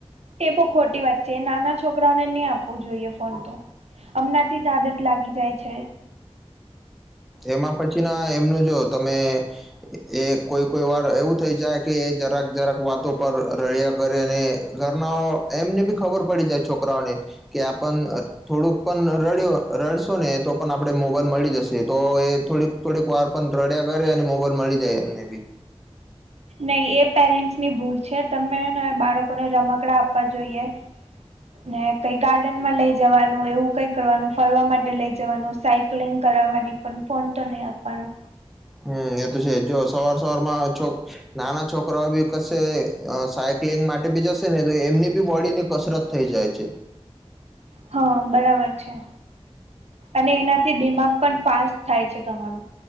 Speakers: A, on the right; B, in the centre.
A: એ બહ ખોટી વાત છે નાના છોકરાઓને નહી આપવું જોઈએ ફોન તો હમણાંથી જ આદત લાગી જાય છે.
B: એમાં પછી ના એમનું જો તમે એ કોઈ કોઈ વાર એવું થઈ જાય કે એ જરાક જરાક વાતો પર રળિયા કરી અને ઘરના એમને બી ખબર પડી જાય છોકરાઓને. કે આપ થોડુંક પણ રડ્યો રડશો ને તો પણ આપણે મોબાઈલ મળી જશે તો એ થોડીક થોડીક વાર પણ રડ્યા કરે અને મોબાઈલ મળી જાય એમને બી.
A: નહી એ પેરેન્ટ્સની ભૂલ છે તમેને બાળકોને રમકડા આપવા જોઈએ. ને કઈ ગાર્ડન માં લઈ જવાનું એવું કઈ કરવાનું ફરવા માટે લઈ જવાનું. સાયકલિંગ કરાવવાની પણ ફોન તો નહી આપવાનો.
B: હમ એ તો છે જો સવાર સવારમાં છોક-' નાના છોકરાઓ બી કશે સાયક્લિંગ માટે બી જશે ને તો એમની બી બોડી ની કસરત થઈ જાય છે.
A: હા બરાબર છે. અને એનાથી દિમાગ પણ ફાસ્ટ થાય છે તમારું.